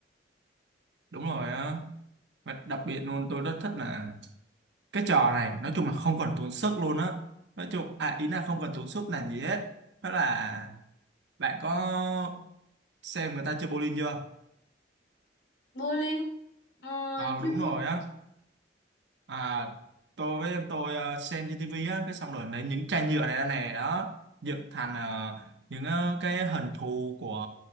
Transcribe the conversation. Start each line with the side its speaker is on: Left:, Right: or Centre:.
Right: Đúng rồi á. Và đặc biệt luôn tôi rất thích là cái trò này nói chung là không cần tốn sức luôn á nói chung à ý là không cần tốn sức làm gì hết đó là bạn có xem người ta chơi bowling chưa
Left: bowling ờ,
Right: ờ
Left: chưa
Right: đúng rồi á À, tôi với em tôi ờ, xem trên tivi á, cái xong rồi lấy những chai nhựa này ra này đó dựng thành ờ, những ờ, cái hình thù của